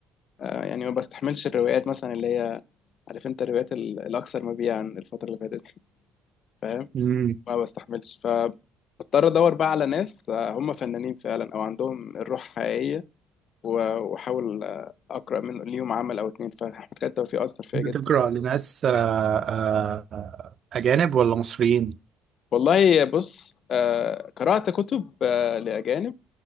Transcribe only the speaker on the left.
آه، يعني ما بستحملش الروايات مثلا اللي هي عارف انت الروايات ال- الاكثر مبيعا الفتره اللي فاتت دي، فاهم
ما بستحملش ف بضطر ادور بقى على ناس آه، هم فنانين فعلا او عندهم الروح حقيقيه و- واحاول آه، اقرا منه ليهم عمل او اتنين فاحمد خالد توفيق اثر فيا
جدا
والله بص آه، قرات كتب آه، لاجانب